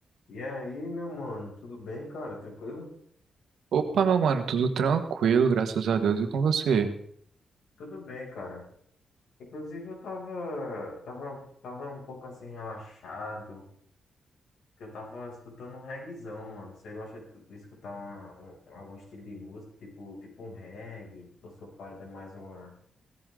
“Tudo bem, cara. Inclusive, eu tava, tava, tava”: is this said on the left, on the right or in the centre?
Left